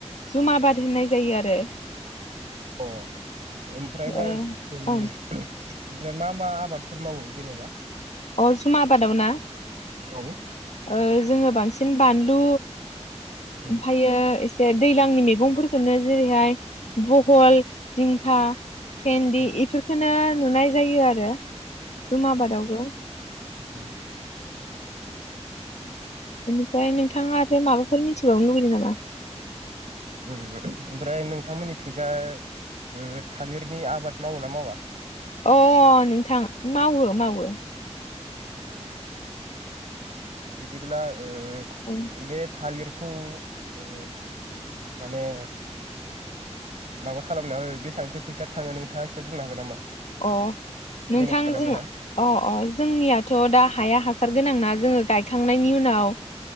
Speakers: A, on the left; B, on the right.
A: जुमा आबाद होननाय जायो आरो।
B: अ ओमफ्रायलाय
A: ओ
B: ओमफ्राय
A: ओं
B: मा मा आबादफोर मावो जेनेबा?
A: अ जुमा आबादाव ना
B: औ
A: ओ जोङो बांसिन बान लु
B: उम
A: ओमफायो दैलांनि मैगंफोरखौनो जेरैहाय भहल, जिंखा सेनदि
B: औ
A: इफोरखौनो नुनाय जायो आरो। जुम आबादावबो
B: औ।
A: बेनिफ्राय नोंथाङा आरो माबाफोर मिथिबावनो लुबैदों नामा?
B: ओम ओमफ्राय नोंथांमोननिथिंजाय ओ थालिरनि आबाद मावो ना मावा?
A: अ नोंथां मावो मावो।
B: औ बिदिब्ला ओ
A: उम
B: बे थालिर खौ ओ माने। माबा खालामनायाव बेसेबांसो फैसा थाङो नोंथाङा एसे बुंनो हागोन नामा?
A: अ नोंथां
B: मेनेज खालामनायावहाय
A: जों अ अ जोंनियाथ' दा हाया हास हासार गोनां ना जोङो गायखांनायनि उनाव